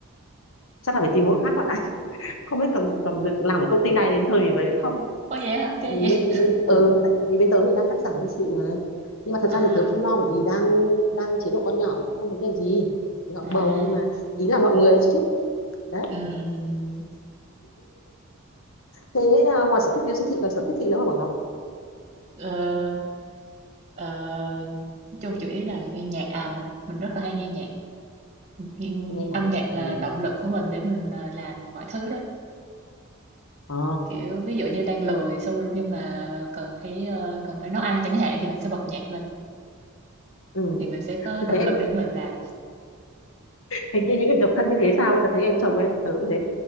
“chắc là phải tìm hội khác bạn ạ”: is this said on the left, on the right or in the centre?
Left